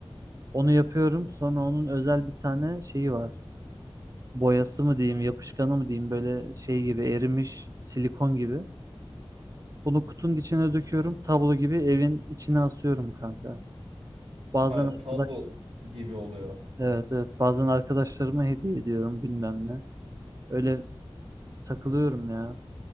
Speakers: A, on the right (about 35°); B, on the right (about 80°).
A: Onu yapıyorum sonra onun özel bir tane şeyi var. Boyası mı diyeyim yapışkanı mı diyeyim böyle şey gibi erimiş silikon gibi. Bunu kutunun içine döküyorum tablo gibi evin içine asıyorum kanka. Bazen
B: Ha
A: arkadaş
B: tablo gibi oluyor.
A: evet evet bazen arkadaşlarıma hediye ediyorum bilmem ne. Öyle Takılıyorum ya.